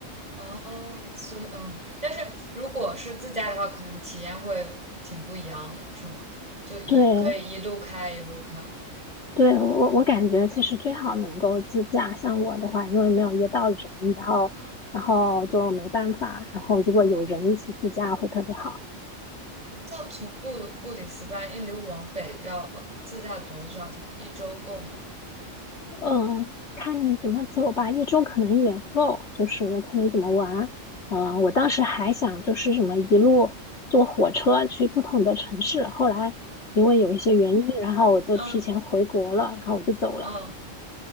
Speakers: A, on the right; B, on the left.
A: 哦，所以嗯，但是如果是自驾的话，可能体验会挺不一样的，是吗？就一可以一路开一路开，
B: 对，对，我我感觉其实最好能够自驾。像我的话，因为没有约到人，然后然后就没办法。然后如果有人一起自驾会特别好。
A: 像从布布里斯班一路往北要自驾多少钱？一周够吗？
B: 嗯，看你怎么走吧，一周可能也够，就是看你怎么玩。嗯，我当时还想就是什么一路坐火车去不同的城市，后来因为有一些原因，然后我就提前回国了，
A: 嗯
B: 然后我就走了。
A: 嗯，